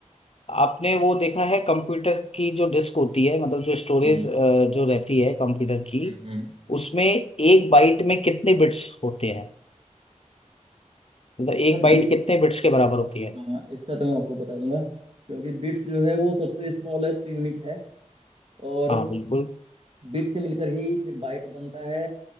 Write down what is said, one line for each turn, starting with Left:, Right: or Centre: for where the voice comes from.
Left: आपने वो देखा है कंप्यूटर की जो डिस्क होती है मतलब जो स्टोरेज
Right: हम्म
Left: जो रहती है कंप्यूटर की
Right: हम्म हम्म।
Left: उसमें एक बाइट में कितने बिट्स होते हैं मतलब एक
Right: Sir
Left: बाइट
Right: bits
Left: कितने बिट्स के बराबर होती है
Right: हाँ इसका तो मैं आपको बता दूंगा क्योंकि बिट्स जो है वो सबसे स्मॉलेस्ट यूनिट है और
Left: हाँ बिल्कुल
Right: बिट से मिलकर ही फिर बाइट बनता है